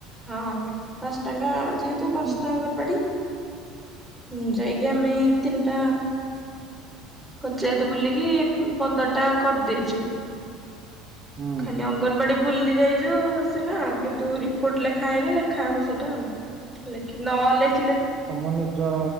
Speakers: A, in the centre; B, on the right.
A: ହଁ ପାଞ୍ଚ ଟାଙ୍କା ଯେହେତୁ ପାଞ୍ଚଟା
B: ହୁଁ
A: ଅଙ୍ଗନବାଡି। ହୁଁ ଯାଇକି ଆମେ ତିନିଟା ପଞ୍ଚାୟତ ବୁଲିକି ପନ୍ଦର ଟା କରିଦେଇଚୁ
B: ହୁଁ।
A: ଖାଲି ଅ ଅଙ୍ଗନବାଡି ବୁଲି ଯାଇଚୁ ସିନା କିନ୍ତୁ ରିପୋର୍ଟ ଲେଖା ହେଇନି ଲେଖା ହବ ସେଇଟାଉ। ଲେଖି ନଲେଖ
B: ତମ ନିଜ